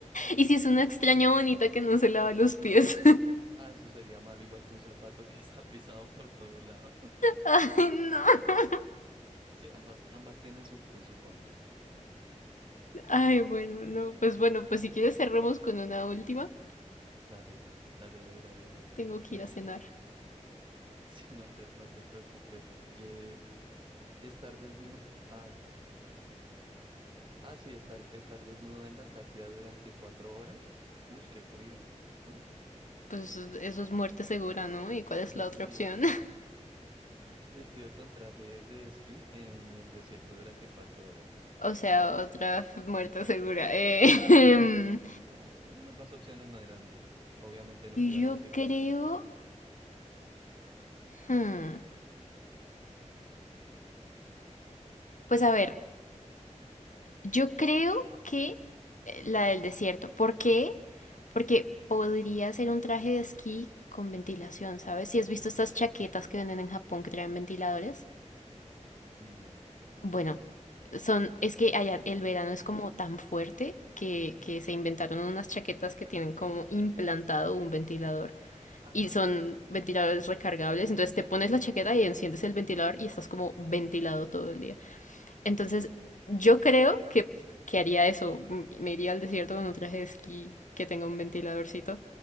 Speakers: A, on the left; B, on the right.
A: Y si es una extraña bonita que no se lava los pies.
B: Ah, eso sería malo, igual que un zapato que <laughs> está pisado por todo lado. <laughs>
A: <laughs> Ay, no.
B: Sí, ambas, ambas tienen su pro y su contra.
A: Ay, bueno, no, pues bueno, pues si quieres cerramos con una última.
B: Dale, dale de una, de una.
A: Tengo que
B: Mira,
A: ir a cenar.
B: <laughs> sí, no te, no te preocupes. Eh, estar desnudo... ah, Ah, sí, estar, estar desnudo en la Antártida durante cuatro horas. Uy, qué frío, ¿no?
A: Pues eso es muerte segura, ¿no? ¿Y cuál es
B: <laughs>
A: la
B: Sí,
A: otra opción? <laughs>
B: vestido con traje de esquí en el desierto durante cuatro horas.
A: O sea, otra f- muerte segura. Eh,
B: Ah,
A: <laughs>
B: sí, eh, no- las opciones no eran, obviamente no te iban
A: yo
B: a decir
A: creo...
B: cómo. <laughs>
A: hmm, Pues a ver, yo creo que eh, la del desierto. ¿Por qué? Porque podría ser un traje de esquí con ventilación, ¿sabes? Si has visto estas chaquetas que venden en Japón que traen ventiladores.
B: No, no,
A: Bueno,
B: pero
A: son, es que allá
B: dato
A: el
B: curioso.
A: verano es como tan fuerte que,
B: Ujú.
A: que se inventaron unas chaquetas que tienen como implantado un ventilador
B: Ah,
A: y son
B: ok.
A: ventiladores recargables. Entonces te pones la chaqueta y enciendes el ventilador y estás como ventilado todo el día. Entonces yo creo que, que haría eso. m- Me iría al desierto con un traje de esquí que tenga un ventiladorcito